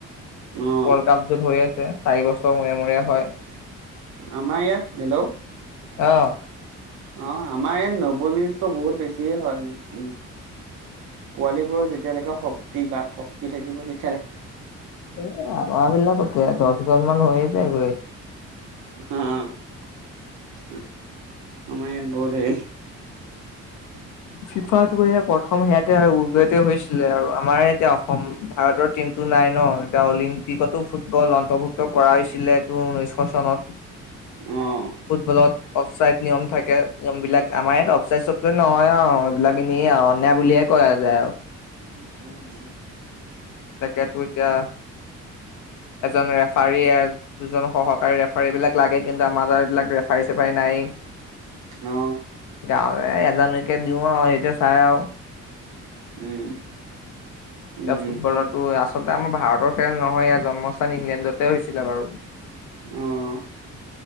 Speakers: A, on the right; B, on the left.
A: অ',
B: ৱৰ্ল্ড কাপ যত হৈ আছে চাৰি বছৰ। <unintelligible> হয়
A: আমাৰ ইয়াত হেল্ল'।
B: অ।
A: অ আমাৰ ইয়াত নব্বৈ মিনিটতো বহুত বেছিয়ে হয় উ পোৱালী বোৰ যে। <unintelligible> তিয়ালৈকে শক্তি গাত শক্তি থাকিব তে।
B: এ আমাৰবিলা কত দছ হাজাৰ মান হৈ যায় গৈ।
A: হু আমাৰ ইয়াত বত হেৰি। <unintelligible>
B: ফিফা তোৰহে প্ৰথম সেয়াতে উৰ্বেতে হৈছিলে আৰু আমাৰ এতিয়া অসম ভাৰতৰ টিম। টো নাই ন এতিয়া অলিম্পিকতো ফুটবল অন্তৰ্ভুক্ত কৰা হৈছিলে তোৰ ঊনৈশ চনত।
A: অ'।
B: ফুটবলত অফচাইড নিয়ম থাক। কে নিয়ম বিলাক আমাৰ ইয়াত অফচাইদ চফচাইদ নহয় আও এইবিলাক এনেই আও অন্যায় বুলিহে কোৱা যায় আৰু।
A: উম উম।
B: তাকেতো এতিয়া। এজন ৰেফাৰী দুজন সহকাৰী ৰেফাৰী এইবিলাক লাগে কিন্তু আমাৰ এইবিলাক ৰেফাৰী চেফাৰী নাই।
A: অ।
B: ত এজনকে দিও আৰু এইটোয়ে চাই আও
A: উম উম।
B: ফুটবলটো, আচলতে আমাৰ ভাৰতৰ খেল নহয়, ইয়াৰ জন্মস্থান ইংলেণ্ডতে হৈছিলে বাৰু।
A: অ',